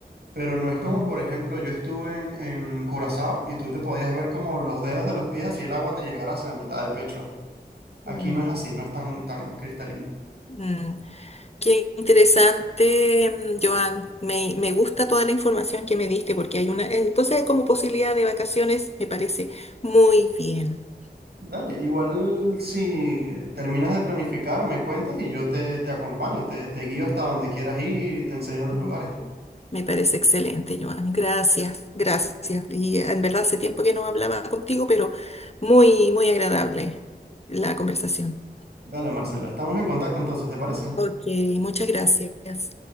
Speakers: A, on the right (about 75°); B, on the left (about 40°).
A: Pero no es como,
B: mm,
A: por ejemplo, yo estuve en, en Curazao y tú te podías ver como los dedos de los pies así el agua te llegara hacia mitad del pecho. Aquí
B: mm.
A: no es así, no es tan, tan cristalino.
B: mm. Qué interesante, mm, Joan. Me, me gusta toda la información que me diste porque hay una... Entonces, como posibilidad de vacaciones, me parece muy bien.
A: Dale, igual si terminas de planificar, me cuentas y yo te, te acompaño, te, te guío hasta donde quieras ir y te enseño los
B: Ujú.
A: lugares.
B: Me parece excelente, Joan. Gracias, gracias. Y eh, en verdad hace tiempo que no hablaba contigo, pero muy, muy agradable la conversación.
A: Dale, Marcela, estamos en contacto entonces, ¿te parece?
B: Ok, muchas gracias.